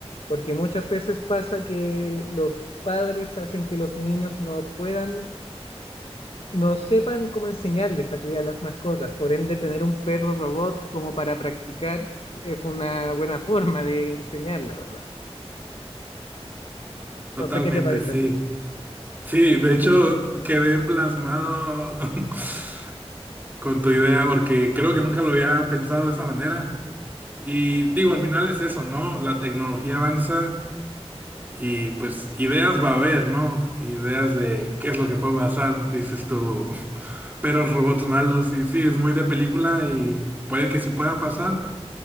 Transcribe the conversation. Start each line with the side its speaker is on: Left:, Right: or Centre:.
Left: porque muchas veces pasa que el- los padres hacen que los niños no puedan, no sepan cómo enseñarles a cuidar las mascotas. Por ende, tener un perro robot como para practicar es una buena forma de enseñarla, ¿verdad?
Right: Totalmente,
Left: No sé qué te parece
Right: sí.
Left: a ti.
Right: Sí, de hecho quedé plasmado <laughs> con tu idea porque creo que nunca lo había pensado de esa manera. Y digo, al final es eso, ¿no? La tecnología avanza y pues ideas va a haber, ¿no? Ideas de qué es lo que puede pasar, dices tú, <laughs> perros, robots malos y sí, es muy de película y puede que sí pueda pasar,